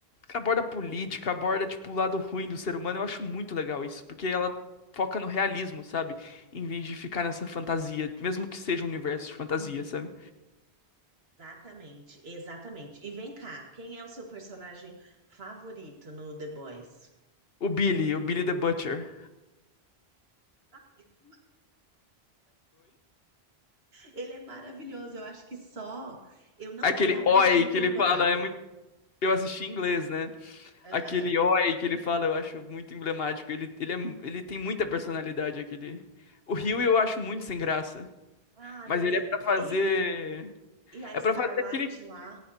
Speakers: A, on the left (about 65°); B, on the right (about 70°).
A: aborda política, aborda, tipo, o lado ruim do ser humano. Eu acho muito legal isso, porque ela foca no realismo, sabe? Em vez de ficar nessa fantasia, mesmo que seja um universo de fantasia, sabe?
B: Exatamente, exatamente. E vem cá, quem é o seu personagem favorito no The Boys?
A: O Billy, o Billy the Butcher.
B: <laughs> Ele é maravilhoso, eu acho que só. Eu não
A: Aquele
B: vi a última
A: oi que
B: temporada.
A: ele fala, é muito... eu assisti em inglês, né?
B: Aham.
A: Aquele oi que ele fala, eu acho muito emblemático. Ele, ele, é... ele tem muita personalidade, aquele. O Rio eu acho muito sem graça.
B: Ah,
A: Mas
B: ele
A: ele
B: é.
A: é pra fazer.
B: Ele E a
A: É
B: Starlight
A: pra fazer aquele.
B: lá.